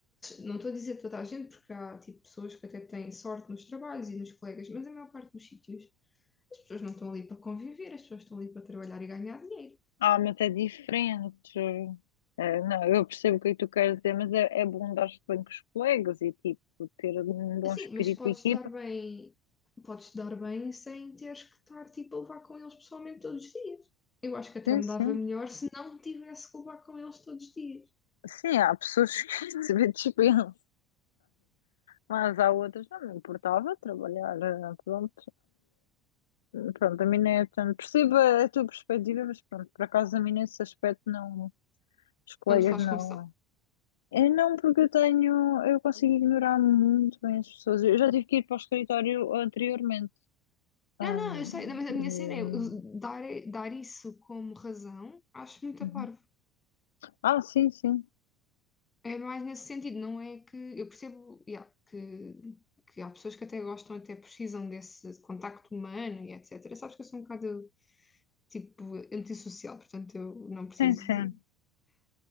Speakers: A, on the left; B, on the left.
A: não estou a dizer toda a gente, porque há tipo, pessoas que até têm sorte nos trabalhos e nos colegas, mas a maior parte dos sítios, as pessoas não estão ali para conviver, as pessoas estão ali para trabalhar e ganhar dinheiro.
B: Ah, mas é diferente. Eh, não, eu percebo o que é que tu queres dizer, mas é, é bom dar-se bem com os colegas e tipo ter um bom
A: Assim,
B: espírito
A: mas podes
B: de equipa.
A: te dar bem, podes te dar bem sem teres que estar tipo, a levar com eles pessoalmente todos os dias. Eu acho que até
B: Sim,
A: me
B: sim.
A: dava melhor se não tivesse que levar com eles todos os dias.
B: Sim, há pessoas que <laughs> se dispensam. Mas há outras, não me importava trabalhar, eh, pronto, Pronto, a mim não é tanto. Percebo a a tua perspectiva, mas pronto, por acaso a mim nesse aspecto não. Os colegas
A: Não te faz
B: não.
A: confusão.
B: É não, porque eu tenho. Eu consigo ignorar muito bem as pessoas. Eu já tive que ir para o escritório anteriormente. Ah,
A: Não, não, eu sei, mas a minha
B: e-
A: cena é eu dar, dar isso como razão, acho muito
B: Uhum.
A: a parvo.
B: Ah, sim, sim.
A: É mais nesse sentido, não é que eu percebo, yeah, que, que há pessoas que até gostam, até precisam desse contacto humano e etc. Sabes que eu sou um bocado tipo antissocial, portanto eu não preciso
B: Sim, sim.